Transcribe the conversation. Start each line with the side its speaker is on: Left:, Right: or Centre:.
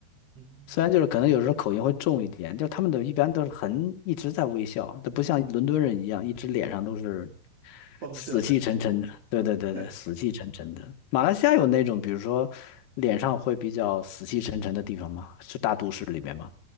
Right: 嗯，
Left: 虽然就是可能有时候口音会重一点，就他们都一般都是很一直在微笑，都不像伦敦人一样，一直脸上都是
Right: 绷着的。
Left: 死气沉沉的。对对对对，
Right: <laughs>
Left: 死气沉沉的。马来西亚有那种，比如说脸上会比较死气沉沉的地方吗？是大都市里面吗？